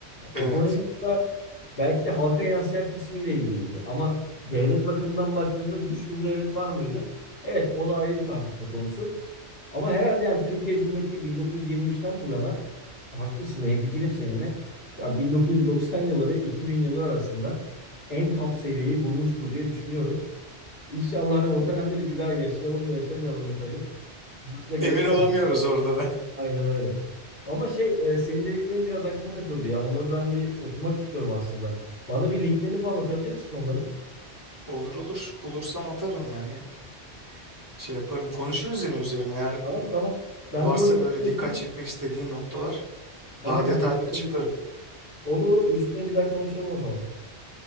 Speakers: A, on the left; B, on the right.
A: ekonomi
B: Evet.
A: orada belki de halka yansıyan kısmıyla iyi değildi. Ama devlet bakımından baktığında güçlü bir devlet var mıydı? Evet, o da ayrı bir tartışma konusu. Ama herhalde yani Türkiye Cumhuriyeti 1923'ten bu yana haklısın, hemfikirim seninle. Ya 1990 yılı ve 2000 yılı arasında en top seviyeyi bulmuştur diye düşünüyorum. İnşallah hani o dönemleri bir daha yaşayalım mı yaşamayalım mı tabii. Burası da garip
B: Emin olamıyoruz
A: de.
B: orada da.
A: Aynen öyle. Ama şey e, senin dediklerin biraz aklıma takıldı ya. Onları ben bir okumak istiyorum aslında. Bana bir linklerini falan atabilir misin onların?
B: <laughs> Olur olur bulursam atarım yani şey yaparım konuşuruz yine üzerine eğer
A: Tamam tamam. Ben
B: varsa
A: bir o linkleri
B: böyle dikkat
A: okuyayım.
B: çekmek istediğin noktalar
A: Aynen.
B: daha detaylı
A: Üstüne,
B: açıklarım.
A: olur olur. Üstüne bir daha konuşalım o zaman.